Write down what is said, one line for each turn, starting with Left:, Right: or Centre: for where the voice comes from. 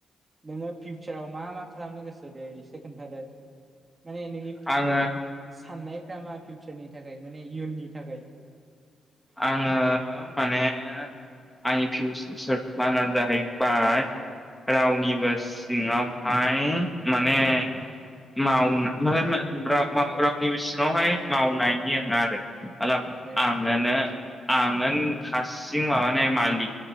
Right: नोङो फिउचाराव मा मा खालामनो गोसो दे एसे खोनथादो माने नोंनि
Centre: आङो
Right: साननाय <unintelligible> फिउचारनि थाखाय माने इयुननि थाखाय
Centre: आङो माने आंनि फिउचारार प्लाना जाहैबाय रावनिबो सिङावहाय माने माव <unintelligible> रावनिबो सिङावहाय मावनायनि <unintelligible> आरो। <unintelligible> आ
Right: ए
Centre: होनो आङोन हारसिं माबाने मालिक